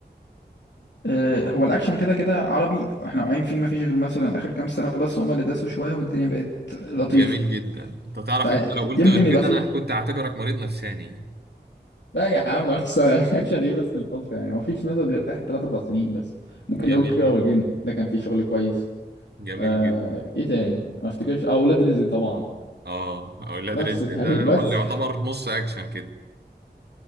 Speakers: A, on the left (about 90°); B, on the right (about 65°).
A: آه هو الاكشن كده كده عربي احنا واقعين فيه ما فيش غير مثلا اخر كام سنه بس هما اللي داسوا شويه والدنيا بقت لطيفه
B: جميل جدا انت تعرف
A: فيمكن
B: ان انت لو قلت غير كده
A: يبقى فيه
B: انا كنت هعتبرك مريض نفساني
A: لا يا عم بس <laughs> اكشن ايه بس الفترة يعني ما فيش مثلا غير اخر 3 4 سنين بس ممكن
B: جميل
A: نقول كيرة
B: جدا
A: والجن ده كان فيه شغل كويس
B: جميل
A: آه
B: جدا
A: ايه تاني ما افتكرش اه ولاد رزق طبعا
B: اه اولاد
A: بس
B: رزق
A: تقريبا
B: ده هو
A: بس
B: اللي يعتبر نص اكشن